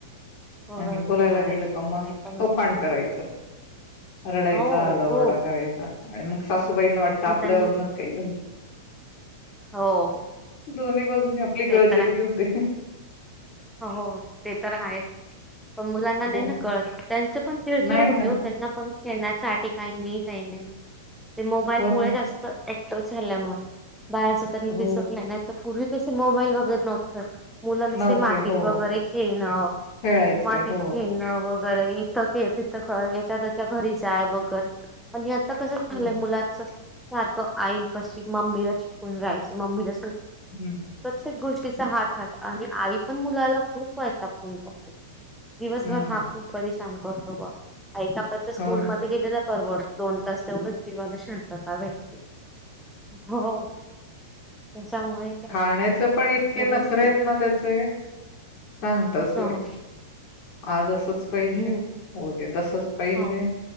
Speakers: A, in the centre; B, on the left.
A: परत
B: आणि बोलायला
A: नाही
B: गेलं का मग
A: नाही परत
B: तोफडं करायचं रडायचा
A: हो
B: आरडा
A: खूप
B: ओरडा करायचा आणि मग सासूबाईंना वाटतं
A: मग
B: आपल्यावरूनच
A: त्यांनी
B: काही झालं.
A: हो
B: दोन्ही बाजून आपली
A: ते
B: गळचेपी
A: तर आहे.
B: होते
A: हो ते तर आहेच पण मुलांना नाही
B: हो
A: ना
B: हो.
A: कळत त्यांच पण चिडचिड
B: नाही
A: होते
B: ना
A: हो त्यांना पण खेळण्यासाठी काही नाही काही नाही ते मोबाईल
B: हो
A: मुळे
B: ना
A: जास्त ऍक्टिव झाल्यामुळेण बाहेरच त्यांना
B: हो
A: दिसत नाही पूर्वी जसे मोबाईल वगैेरे नव्हतं मुला
B: नव्हते
A: मातीत
B: हो
A: वगैरे खेळणं
B: खेळायचंय
A: मातीत
B: हो
A: खेळणं. वगैरे इथं तिथ याच्या त्याच्या घरी जा वगैरे प कस झालंय
B: हो
A: मुलांच सारखं आईन पशी मम्मीला चिटकून राहायचं मम्मीला
B: हं
A: प्रतेक गोष्टी हात ह आणि आ पण मुलाला खूप वयता फोन दिवसभर
B: हं
A: हा खूप परेशान करतो बा ऐका्पाच्या स्कूल
B: हो ना
A: मध्ये गेले तर परवडत दोन तास तेवढं जीवाला शांतता भेटते हो. त्याच्यामुळे काय
B: खाण्याचं पण इतके
A: मुलंच
B: नखरे
A: ते
B: आहेत ना त्याचे सांग त सोय
A: ह ह
B: आज अस तसंच पाहिजे
A: हम्म
B: उद्या तसंच पाहिजे
A: हो.